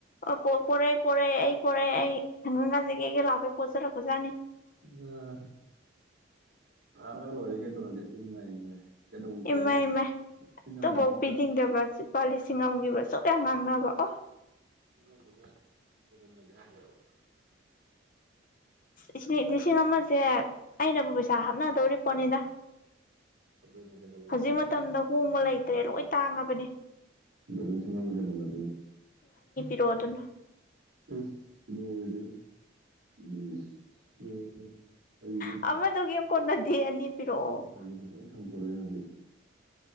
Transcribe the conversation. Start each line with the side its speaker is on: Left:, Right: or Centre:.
Left: ꯑꯣ ꯄꯔꯦ ꯄꯔꯦ ꯑꯩ ꯄꯔꯦ ꯑꯩ ꯀꯖꯤ ꯌꯦꯒ ꯂꯕ ꯄꯣꯆꯔꯀꯖꯅꯤ
Right: ꯑ ꯊꯥꯔꯒ ꯂꯣꯏꯔꯦ ꯀꯩꯗꯧꯔꯒꯦ ꯏꯪꯃꯦ ꯏꯪꯃꯦ ꯀꯩꯗꯧꯦ
Left: ꯏꯃꯥꯏ ꯏꯃꯥꯏ
Right: ꯁꯤ ꯉꯝꯒꯗ
Left: ꯑꯗꯨꯐꯥꯎ ꯄꯤꯅꯤꯡꯗꯕ ꯂꯨꯄꯥ ꯂꯤꯁꯤꯡ ꯑꯃꯒꯤꯕ ꯁꯨꯛ ꯌꯥꯝ ꯉꯥꯡꯅꯕ ꯑꯣ
Right: ꯏꯛ ꯂꯝꯗꯨꯗ ꯀꯩꯗꯧꯅꯒꯦ ꯍꯥꯏꯔꯕꯣ
Left: ꯑꯁ ꯏ ꯂꯤꯁꯤꯡ ꯑꯃꯁꯦ ꯑꯩꯅꯕꯨ ꯄꯩꯁꯥ ꯍꯥꯞꯅꯗꯧꯔꯤ ꯄꯣꯅꯤꯗ
Right: ꯑꯗꯨꯅꯦ ꯀꯩꯗꯧꯅꯒꯦ
Left: ꯍꯧꯖꯤꯛ
Right: ꯍꯥꯏ
Left: ꯃꯇꯝꯗ ꯍꯨꯉ ꯂꯩ ꯇ꯭ꯔꯦ ꯂꯣꯏ ꯇꯥꯡꯉꯕꯅꯦ
Right: ꯂꯩꯁꯤꯡꯒ ꯃꯗ ꯑꯗꯨꯅ
Left: ꯆꯣꯗꯅ
Right: ꯑꯁ ꯂꯣꯗꯦ ꯎ ꯑꯣ ꯑꯩ ꯃꯤ
Left: ꯑꯃꯗꯣ ꯀꯩꯝ ꯀꯣꯟꯅꯗꯦ ꯑꯅꯤ ꯄꯤꯔꯛꯑꯣ
Right: ꯃꯤ ꯁꯪ ꯁꯪꯗꯣꯔꯛꯑꯦ